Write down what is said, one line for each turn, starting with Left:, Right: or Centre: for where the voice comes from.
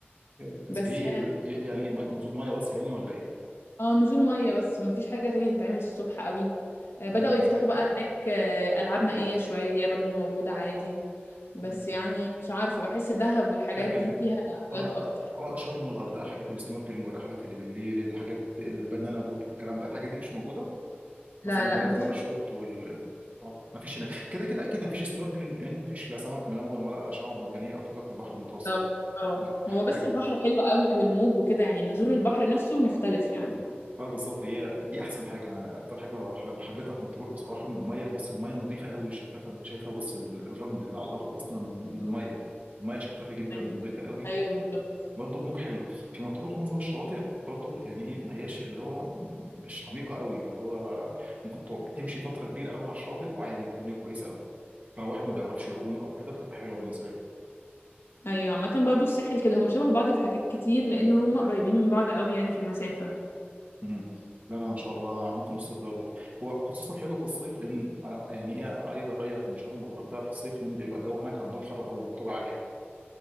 Right: آه،
Left: بس
Right: في ايه زي- يعني ايه نزول ميه بس يعني ولا ايه
Left: اه نزول ميه بس مفيش حاجه تانية تتعمل الصبح قوي آه، بداوا
Right: مم.
Left: يفتحوا بقى هناك آه، العاب مائيه شويه برضو موجوده عادي بس
Right: مم.
Left: يعني مش عارفه بحس دهب والحاجات
Right: لكن
Left: دي فيها
Right: اه
Left: حاجات اكتر
Right: لا، اه شرم والغردقه حاجات السنوركلينج والرحلات اللي بالليل الحاجات البنانا بوت والكلام ده الحاجات دي مش موجوده
Left: لا
Right: مثلا الب-
Left: لا
Right: الباراشوت
Left: مفيش
Right: وال اه ما فيش هناك كده كده اكيد ما فيش سنوركلينج لان ما فيش لا سمك ملون ولا شعاب مرجانيه اعتقد في البحر المتوسط
Left: طب اه
Right: <laughs>
Left: هو بس
Right: حاجه
Left: البحر حلو قوي والموج وكده يعني نزول البحر نفسه مختلف يعني
Right: اه بالظبط هي دي احسن حاجه انا اكتر حاجه حب- حبيتها في مطروح بصراحه ان الميه بص الميه نظيفه قوي شفافه انت شايفه بص ال- الرمل اللي على الارض اصلا من من الميه الميه شفافه جدا
Left: أيوة
Right: ونظيفه قوي
Left: أيوة بالظبط
Right: برضو الموج حلو في مطروح معظم الشواطئ برضو يعني ايه ما هياش اللي هو م- مش عميقه قوي اللي هو ممكن تقعد- تمشي فتره كبيره قوي على الشاطئ وعادي الدنيا كويسه قوي فلو واحد ما بيعرفش يعوم او كده بتبقى حلوه بالنسبه له
Left: ايوه عامة برضو الساحل كده هما شبه بعض في حاجات كتير لان هما قريبين من بعض قوي يعني في المسافة
Right: امم لا انا ان شاء الله ممكن الصيف ده اروح هو خصوصا حلو في الصيف لان آه، يعني ايه عايز اغير من شرم والغردقه في الصيف لان بيبقى الجو هناك عندهم حر قوي ورطوبه عاليه